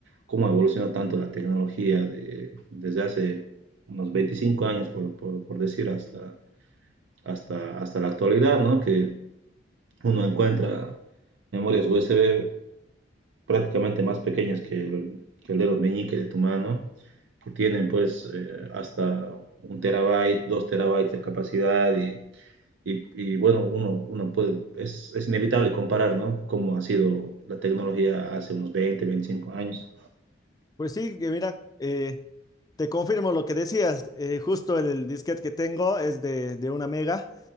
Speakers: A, on the right; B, on the left.
A: cómo evolucionó tanto la tecnología de, desde hace unos 25 años, por, por, por decir, hasta, hasta, hasta la actualidad, ¿no? Que uno encuentra memorias USB prácticamente más pequeñas que el, que el dedo meñique de tu mano, que tienen pues eh, hasta un terabyte, dos terabytes de capacidad y, y, y bueno, uno, uno puede, es, es, inevitable comparar, ¿no? Cómo ha sido la tecnología hace unos veinte veinticinco años.
B: Pues sí, que mira, eh, te confirmo lo que decías, eh, justo el, el disquete que tengo es de, de una mega.